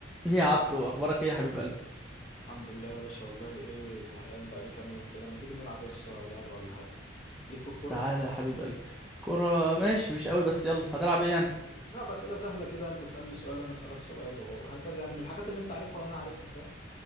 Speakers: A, in the centre; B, on the left.
A: ايه يا عبدو اخبارك ايه يا حبيب قلبي
B: الحمد لله يا باشا والله ايه زهقان بقى لي كام يوم كده ما تيجي نلعب يس لعبة ولا حاجة ليك في الكورة
A: تعالى يا حبيب قلبي كرة ماشي مش قوي بس يلا هتلعب ايه يعني
B: نلعب أسئلة سهلة كده انت تسألني سؤال انا أسألك سؤال وهكذا يعني من الحاجات اللي انت عارفها وانا عارفها فاهم